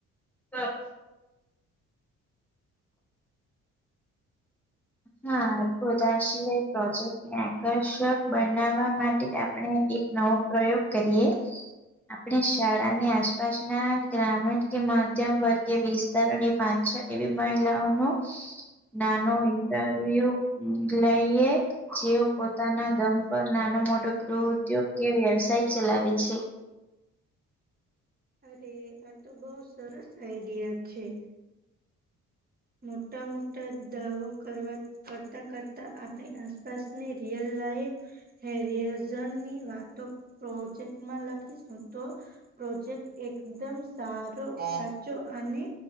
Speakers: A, in the centre; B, on the right.
A: હા હા બધા સિવાય પ્રોજેક્ટ ને આકર્ષક બનાવા માટે આપણે એક નવો પ્રયોગ કરીએ આપણે શાળાની આસપાસ ના ગ્રામીણ કે મધ્યમ વર્ગય વિસ્તારોની પાંચ છ એવી મહિલાઓ ન નાનો તું લઈએ જેઓ પોતાના દમ પર નાનો મોટો ગૃહ ઉદ્યોગ કે વ્યવસાય ચલાવે છે.
B: અરે આ તો બહ સરસ આઈડિયા છે. મોટા મોટા દાવો કરવા. કરતા કરતા આપણી આસપાસની રિયલ લાઈફ. હેરિયઝન ની વાતો પ્રોજેક્ટમાં લખીશું તો. પ્રોજેક્ટ એકદમ સારો સાચો અને